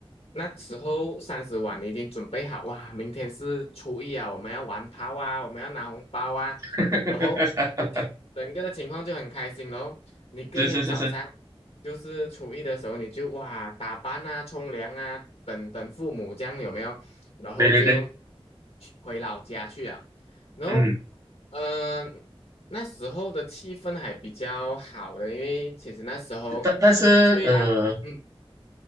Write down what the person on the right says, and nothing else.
<laughs>
是是是是，
对对对，
嗯，
但但是呃，